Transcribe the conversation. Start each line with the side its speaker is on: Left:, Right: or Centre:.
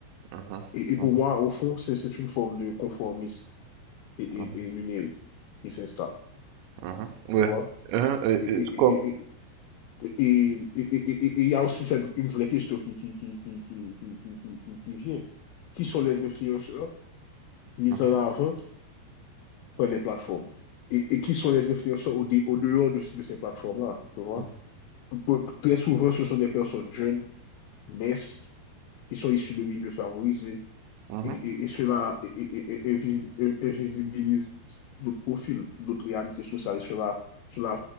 Right: mhm,
Left: Et, et
Right: mhm,
Left: pour moi, au fond, c'est c'est une forme de conformisme et,
Right: mhm,
Left: et- et numérique qui s'installe,
Right: mhm. Ouais.
Left: tu vois?
Right: Hein, et-
Left: Et
Right: et
Left: et-
Right: comme...
Left: et- et- et- et- et- et- et il y a aussi cette, une vraie question qui, qui, qui, qui, qui, qui, qui, qui, qui- qui vient. Qui sont les influenceurs mis
Right: Mhm,
Left: en avant par les plateformes? Et, et qui sont les influenceurs au, dé- au dehors de, de ces plateformes-là, tu vois?
Right: mhm,
Left: Peu- Très souvent, ce sont des personnes jeunes, minces, qui sont issus de milieux favorisés.
Right: mhm, mhm,
Left: Et, et, et cela invisibilise d'autres profils, d'autres réalités sociales. Et cela, cela